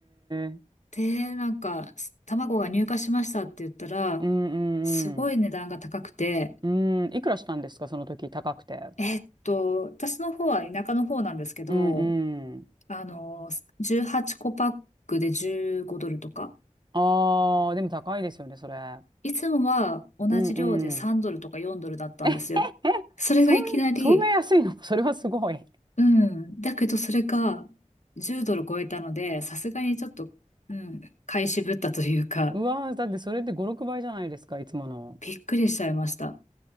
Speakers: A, on the right; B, on the left.
A: え。
B: で、なんか、す卵が入荷しましたって言ったら、
A: うんうん
B: すごい値段が高くて、
A: うん。うん。いくらしたんですかその時、高くて。
B: えっと、私の方は田舎の方なんですけど、
A: うんうん。
B: あの、18個パックで15ドルとか、
A: ああ、でも高いですよね、それ。
B: いつもは同じ量で3ドルとか4ドルだったんですよ。
A: うんうん。<laughs> えへへ。
B: それがいきなり、
A: そん、そんな安いの <laughs> それはすごい。
B: うん、だけどそれが10ドル超えたので、さすがにちょっと、うん、買い渋ったというか、
A: うわー、だってそれで5、6倍じゃないですか、いつもの。
B: びっくりしちゃいました。